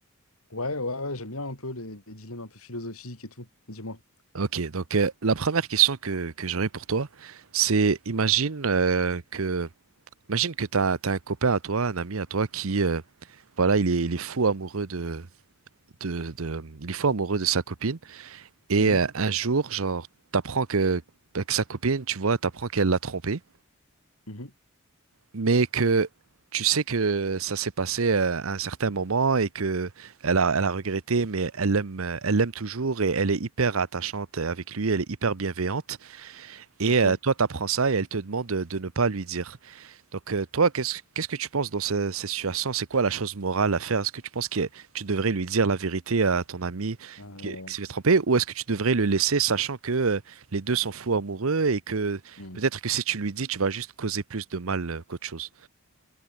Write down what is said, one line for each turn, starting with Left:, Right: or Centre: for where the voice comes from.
Left: Ouais, ouais, ouais, j'aime bien un peu les, les dilemmes un peu philosophiques et tout. Dis-moi.
Right: Ok, donc euh, la première question que, que j'aurais pour toi, c'est imagine euh, que imagine que t'as, t'as un copain à toi, un ami à toi qui euh, voilà, il est, il est fou amoureux de de, de- il est fou amoureux de sa copine. Et
Left: Mhm,
Right: euh, un jour, genre, t'apprends que, que sa copine, tu vois, t'apprends qu'elle l'a trompé,
Left: mhm,
Right: mais que tu sais que ça s'est passé euh, à un certain moment et que elle a, elle a regretté, mais elle l'aime, euh, elle l'aime toujours et elle est hyper attachante avec lui, elle est hyper bienveillante. Et
Left: Ok.
Right: euh, toi, t'apprends ça et elle te demande de, de ne pas lui dire. Donc euh, toi, qu'est-ce qu'est-ce que tu penses dans ce- cette situation? C'est quoi la chose morale à faire? Est-ce que tu penses que tu devrais lui dire la vérité à ton ami
Left: Euh,
Right: qui, qui s'est fait tromper, ou est-ce que tu devrais le laisser, sachant que euh, les deux sont fous amoureux et que
Left: hmm.
Right: peut-être que si tu lui dis, tu vas juste causer plus de mal euh, qu'autre chose.